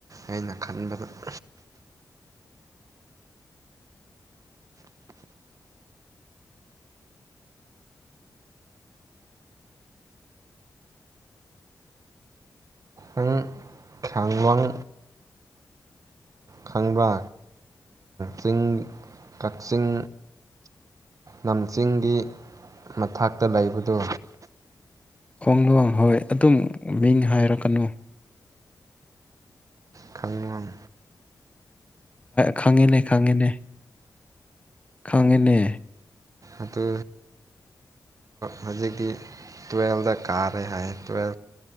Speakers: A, on the right (about 50°); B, on the left (about 15°).
A: ꯑꯩꯅ ꯈꯟꯕꯗ <unintelligible> ꯅꯪ ꯈꯥꯡꯂꯣꯡ ꯈꯪꯕ꯭ꯔꯥ ꯆꯤꯡ ꯀꯛꯆꯤꯡ ꯂꯝ ꯆꯤꯡꯒꯤ ꯃꯊꯥꯛꯇ ꯂꯩꯕꯗꯣ
B: ꯈꯣꯡ ꯂꯣꯡ ꯍꯣꯏ ꯑꯗꯨꯝ ꯃꯤꯡ ꯍꯥꯏꯔꯛꯀꯅꯨ
A: ꯇꯥꯡꯡꯂꯣꯡ
B: ꯈꯪꯉꯤꯅꯦ ꯈꯪꯉꯦꯅꯦ ꯈꯪꯉꯦꯅꯦ
A: ꯑꯗꯨ ꯍꯧꯖꯤꯛꯇꯤ ꯇꯨꯋꯗ ꯀꯥꯔꯦ ꯍꯥꯏ ꯇꯋ